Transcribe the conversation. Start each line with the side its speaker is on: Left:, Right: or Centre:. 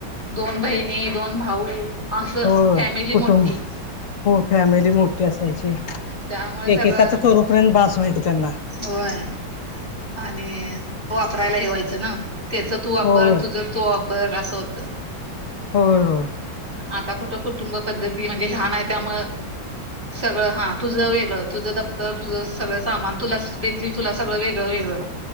Right: दोन बहिणी दोन भाऊ असं
Left: हो
Right: फॅमिली
Left: कुटुंब
Right: मोठी
Left: हो फॅमिली मोठी ते असायचे
Right: त्यामुळे सगळं
Left: एकेकाच करूपर्यंत बास व्हायचं त्यांना
Right: होय आणि वापरायला हे व्हायचं ना त्याचं तु वापर
Left: होय
Right: तुझं तो वापर असं होत.
Left: हो हो
Right: आता कुठं कुटुंब पद्धती म्हणजे लहान आहे त्यामुळे सगळं हा तुझं वेगळं तुझं दफ्तर तुझं सगळं सामान तुलाच पेन्सल तुला सगळं वेगळं वेगळं